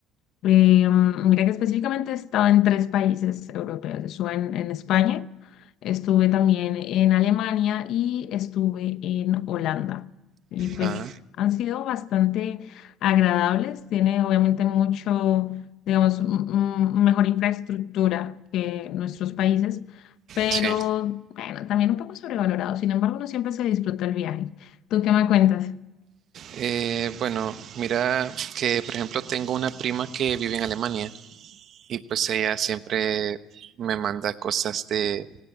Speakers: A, on the left (about 65°); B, on the right (about 50°).
A: Eh, mm, mira que específicamente he estado en tres países europeos. Estuve en, en España, estuve también en Alemania y estuve en Holanda. Y pues
B: Ah,
A: han sido bastante agradables. Tiene obviamente mucho, digamos, m- m- mejor infraestructura que nuestros países, pero
B: Sí, sí. claro.
A: bueno, también un poco sobrevalorado. Sin embargo, no siempre se disfruta el viaje. ¿Tú qué me cuentas?
B: Eh, bueno, mira que por ejemplo tengo una prima que vive en Alemania y pues ella siempre me manda cosas de